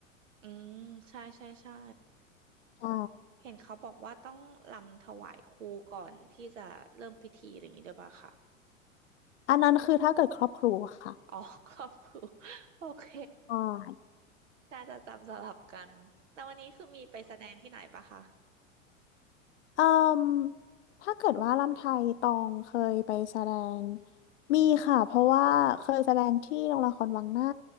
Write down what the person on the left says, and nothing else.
ใช่
อันนั้นคือถ้าเกิดครอบครูอค่ะ
ใช่
เอ่มถ้าเกิดว่าลำไทยตองเคยไปแสดงมีค่ะเพราะว่าเคยแสดงที่โรงละครวังหน้า